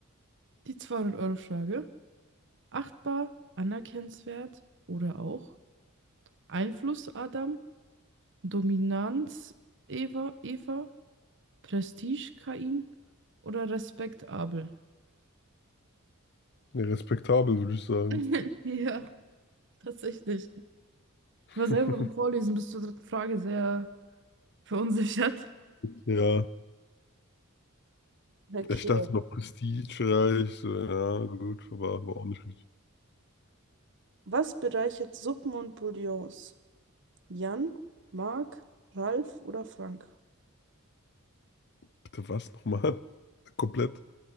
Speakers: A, on the right; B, on the left.
A: Die zweihundert euro frage Achtbar, anerkennenswert oder auch Einfluss Adam, Dominanz Eva, Eva, Prestige Kain oder respektabel?
B: Ja, respektabel, würde ich sagen.
A: <laughs> Ja, tatsächlich. Ich war selber
B: <laughs>
A: beim Vorlesen bis zur dritten Frage sehr verunsichert.
B: Ja,
A: Okay.
B: Ich dachte noch Prestige, So, ja, gut, aber war auch nicht richtig.
A: Was bereichert Suppen und Bouillons? Jan, Mark, Ralf oder Frank?
B: Bitte was nochmal? <laughs> Komplett?